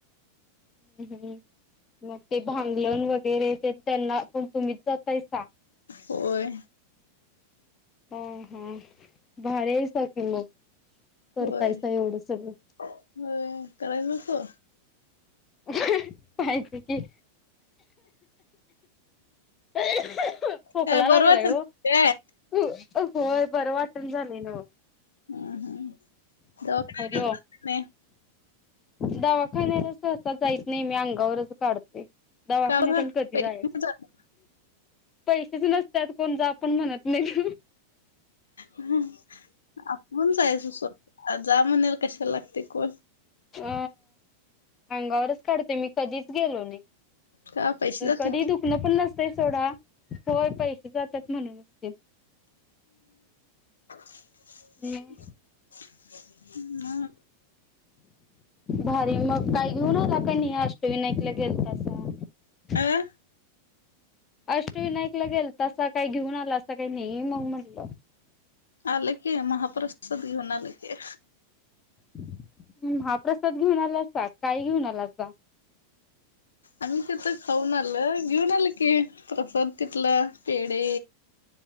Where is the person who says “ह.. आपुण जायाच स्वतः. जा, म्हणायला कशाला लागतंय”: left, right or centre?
Left